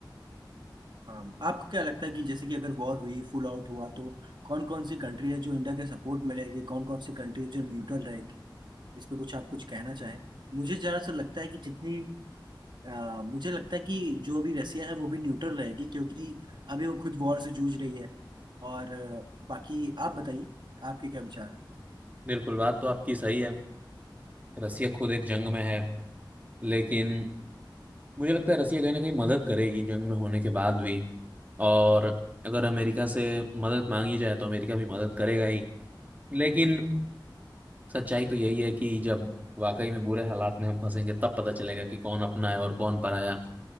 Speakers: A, on the right; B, on the right.
A: हाँ आपको क्या लगता है कि जैसे कि अगर वॉर हुई फुल आउट हुआ तो कौन कौन सी कंट्री है जो इंडिया के सपोर्ट में रहेगी कौन कौन सी कंट्री जो न्यूट्रल रहेगी इस पे कुछ आप कुछ कहना चाहें मुझे जरा सा लगता है कि जितनी अ, मुझे लगता है कि जो अभी रसिया है वो भी न्यूट्रल रहेगी क्योंकि अभी वो खुद वॉर से जूझ रही है और अ, बाकी आप बताइए आपके क्या विचार हैं
B: बिल्कुल बात तो आपकी सही है रसिया खुद एक जंग में है लेकिन मुझे लगता है रसिया कहीं ना कहीं मदद करेगी जंग में होने के बाद भी और अगर अमेरिका से मदद मांगी जाए तो अमेरिका भी मदद करेगा ही लेकिन सच्चाई तो यही है कि जब वाकई में बुरे हालात में हम फंसेंगे तब पता चलेगा कि कौन अपना है और कौन पराया